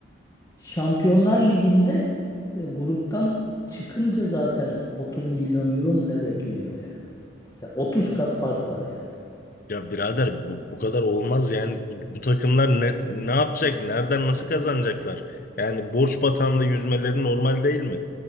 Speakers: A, on the left (about 20°); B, on the left (about 45°).
A: Şampiyonlar Ligi'nde e, gruptan çıkınca zaten 30 milyon euro mu ne veriliyor yani? Ya 30 kat fark var yani.
B: Ya birader bu, bu kadar olmaz yani bu, bu takımlar ne, ne yapacak? Nereden nasıl kazanacaklar? Yani borç batağında yüzmeleri normal değil mi?